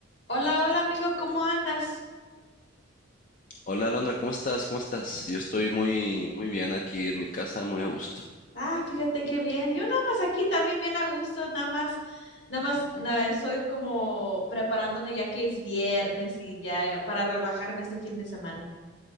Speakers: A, on the left; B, on the left.
A: Hola, hola amigo, ¿cómo andas?
B: Hola Alondra, ¿cómo estás? ¿Cómo estás? Yo estoy muy, muy bien aquí en mi casa, muy a gusto.
A: Ah, fíjate qué bien. Yo nada más aquí también bien a gusto, nada más, nada más na- estoy como preparándome ya que es viernes y ya para relajarme este fin de semana.